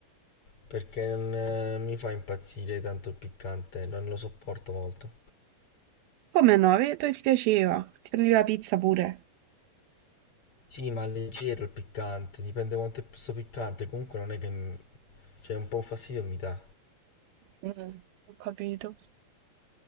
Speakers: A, on the left (about 40°); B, on the right (about 85°).
A: Perché non eh, mi fa impazzire tanto il piccante, non lo sopporto molto.
B: Come no? Ho detto che ti piaceva. Ti prendi la pizza pure.
A: Sì, ma leggero il piccante, dipende quanto è sto piccante, comunque non è che... mi- Cioè, un po' un fastidio mi dà.
B: Mm, ho capito.